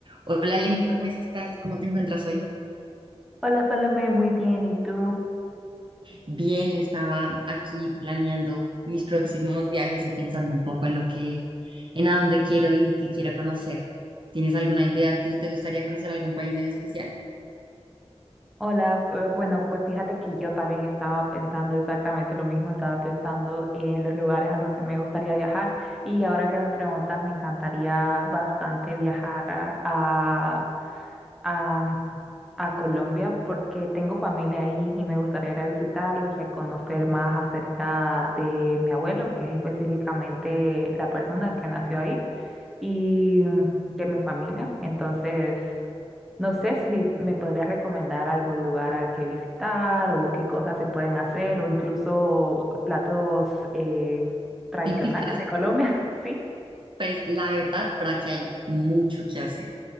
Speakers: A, on the right; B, in the centre.
A: Hola Lenny, ¿cómo estás? ¿Cómo te encuentras hoy?
B: Hola, Salome, muy bien. ¿Y tú?
A: Bien, estaba aquí planeando mis próximos viajes y pensando un poco en lo que, en a dónde quiero ir, qué quiero conocer. ¿Tienes alguna idea? ¿Tú te gustaría conocer algún país en especial?
B: Hola, eh, bueno, pues fíjate que yo también estaba pensando exactamente lo mismo, estaba pensando en los lugares a los que me gustaría viajar y ahora que me preguntas, me encantaría bastante viajar a, a, a- a Colombia porque tengo familia ahí y me gustaría ir a visitarlos y a conocer más acerca de mi abuelo, que es específicamente la persona que nació ahí y de mi familia. Entonces... No sé si me podrías recomendar algún lugar al que visitar o qué cosas se pueden hacer o incluso platos eh, tradicionales
A: Típicas,
B: de Colombia. <laughs> Sí.
A: Pues la verdad, por aquí hay mucho que hacer.